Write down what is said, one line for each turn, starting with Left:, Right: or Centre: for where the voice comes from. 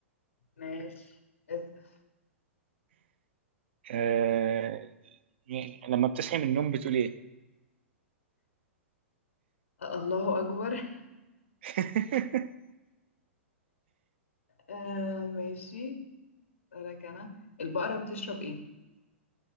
Left: ماشي اسأل
Right: آه... يعني لما بتصحي من النوم بتقول ايه؟
Left: أه، الله أكبر <laughs>
Right: <laughs>
Left: أه... ماشي أسألك أنا البقرة بتشرب إيه؟